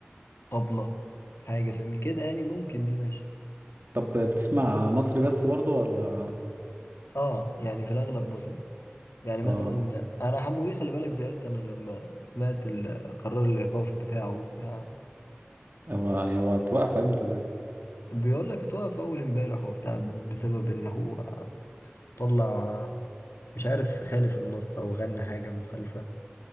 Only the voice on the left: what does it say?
طبلة حاجة فاهمني كده يعني ممكن دي ماشي
اه يعني في الأغلب مصري يعني مثلا
أنا حمو بيه خلي بالك زعلت أنا لما سمعت ال- قرار الإيقاف بتاعه وبتاع
بيقول لك اتوقف أول امبارح وبتاع بسبب إن هو طلع مش عارف خالف النص أو غنى حاجة مخالفة